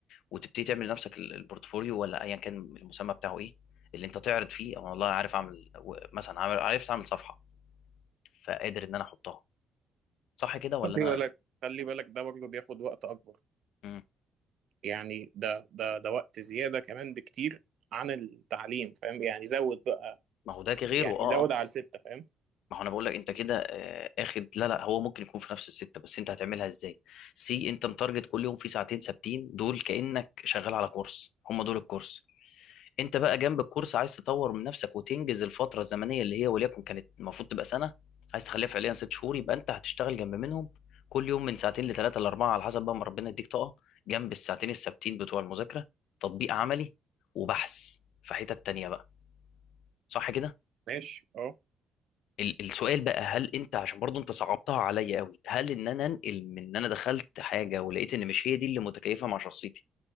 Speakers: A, on the left; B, on the right.
A: وتبتدي تعمل لنفسك ال- البورتفوليو ولا ايا كان المسمى بتاعه ايه اللي انت تعرض فيه انا والله عارف اعمل و- مثلا عامل- عرفت اعمل صفحه فقادر ان انا احطها صح كده ولا
B: خلي
A: انا
B: بالك خلي بالك ده برضه بياخد وقت اكبر
A: مم.
B: يعني ده ده ده وقت زياده كمان بكتير عن التعليم فاهم يعني زود بقى
A: ما هو ده غيره
B: يعني
A: اه
B: زود
A: آه.
B: على الستة فاهم
A: ما هو انا بقول لك انت كده آه، اخد لا لا هو ممكن يكون في نفس السته بس انت هتعملها ازاي سي انت متارجت كل يوم في ساعتين ثابتين دول كانك شغال على كورس هم دول الكورس انت بقى جنب الكورس عايز تطور من نفسك وتنجز الفتره الزمنيه اللي هي وليكن كانت المفروض تبقى سنه عايز تخليها فعليا ست شهور يبقى انت هتشتغل جنب منهم كل يوم من ساعتين لثلاثه لاربعه على حسب بقى ما ربنا يديك طاقه جنب الساعتين الثابتين بتوع المذاكره تطبيق عملي وبحث في حتت تانيه بقى صح كده
B: ماشي اه
A: ال- السؤال بقى هل انت عشان برضو انت صعبتها عليا قوي هل ان انا انقل من ان انا دخلت حاجه ولقيت ان مش هي دي اللي متكيفه مع شخصيتي